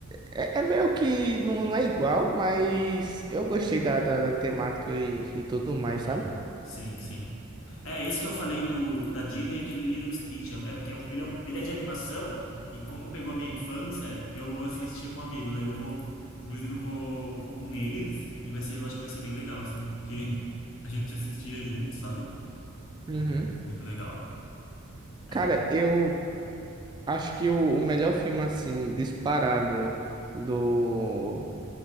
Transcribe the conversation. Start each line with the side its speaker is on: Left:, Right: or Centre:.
Right: é é meio que não é igual, mas eu gostei da, da, da temática e, e tudo mais,
Left: Sim,
Right: sabe?
Left: sim, sim. É, esse que eu falei do da Disney, é aquele Little Stitch. É é porque é um- ele, é um- ele é de animação e como pegou a minha infância, eu assistia com amigos. Aí eu vou, inclusive eu vou, vou com eles e vai ser, eu acho que vai ser bem legal, assim, porque a gente assistia junto, sabe?
Right: Uhum.
Left: É muito, muito legal. É.
Right: Cara, eu acho que o, o melhor filme, assim, disparado do,